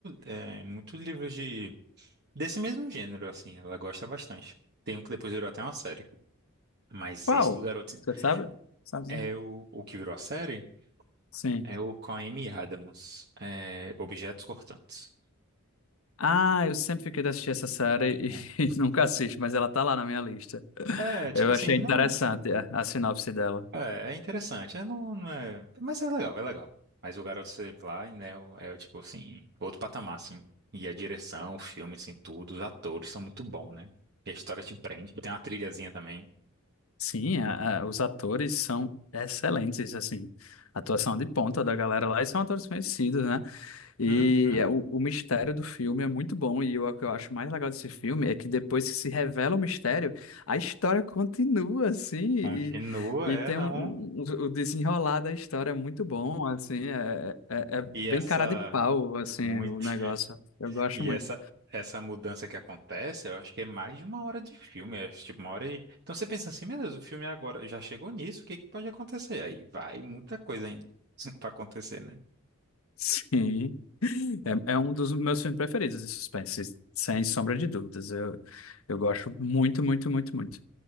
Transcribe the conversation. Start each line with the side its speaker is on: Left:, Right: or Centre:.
Right: é, muito livro de. Desse mesmo gênero, assim, ela gosta bastante. Tem um que depois virou até uma série. Mas
Left: Qual?
Right: esse do garoto
Left: Você sabe? Sabe?
Right: é
Left: né?
Right: o, o que virou a série
Left: Sim.
Right: é o com a Amy Adams, é, Objetos Cortantes.
Left: Ah, eu sempre fiquei de assistir essa série
Right: né?
Left: e, <laughs> e nunca assisto, mas ela tá lá na minha lista.
Right: É, tipo
Left: Eu
Right: assim,
Left: achei
Right: não.
Left: interessante a, a sinopse dela.
Right: É, é interessante, é, não, não é. Mas é legal, é legal. Mas o Garoto Exemplar, né, é, o- é, o tipo assim, outro patamar, assim. E a direção, o filme, assim, tudo, os atores são muito bons, né? E a história te prende. Tem uma trilhazinha também.
Left: Sim, a- a- os atores são excelentes, assim. Atuação de ponta da galera lá e são atores conhecidos, né? E
Right: Uhum.
Left: é o, o mistério do filme é muito bom, e eu- o que eu acho mais legal desse filme é que depois que se revela o mistério, a história continua, assim, e,
Right: Continua,
Left: e
Right: é,
Left: tem
Right: não.
Left: um, um- um, o desenrolar da história é muito bom, assim, é, é, é
Right: E
Left: bem
Right: essa.
Left: cara de pau, assim,
Right: Muito.
Left: o negócio. Eu gosto
Right: E
Left: muito.
Right: essa essa mudança que acontece, eu acho que é mais de uma hora de filme, eu acho, tipo uma hora e... Então você pensa assim, meu Deus, o filme agora já chegou nisso, o que que pode acontecer? Aí vai muita coisa ainda <laughs> pra acontecer, né?
Left: <laughs> Sim. É, é um dos meus filmes preferidos de suspense, sem sombra de dúvidas. Eu, eu gosto muito, muito, muito, muito.